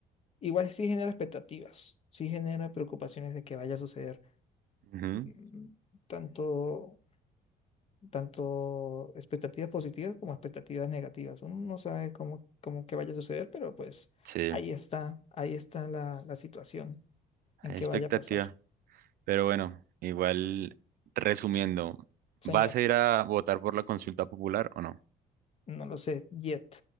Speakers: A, on the left; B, on the right.
A: igual sí genera expectativas, sí genera preocupaciones de que vaya a suceder.
B: ujú.
A: mm, tanto, tanto expectativas positivas como expectativas negativas. Uno no sabe cómo, cómo que vaya a suceder, pero pues
B: Sí,
A: ahí está, ahí está la, la situación en
B: hay
A: que
B: expectativa.
A: vaya a pasar.
B: Pero bueno, igual, resumiendo, ¿vas
A: Señor,
B: a ir a votar por la consulta popular o no?
A: no lo sé, yet,